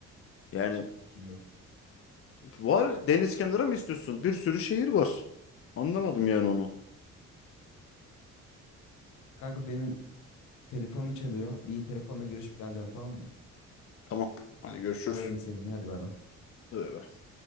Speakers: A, on the left; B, on the left.
A: Yani
B: hiçbir fikrim yok.
A: var deniz kenarı mı istiyorsun? Bir sürü şehir var. Anlamadım yani onu.
B: Kanka benim telefonum çalıyor. Bir telefonla görüşüp geleceğim tamam mı?
A: Tamam. Hadi görüşürüz.
B: Ararım seni. Hadi bay bay.
A: Bay bay.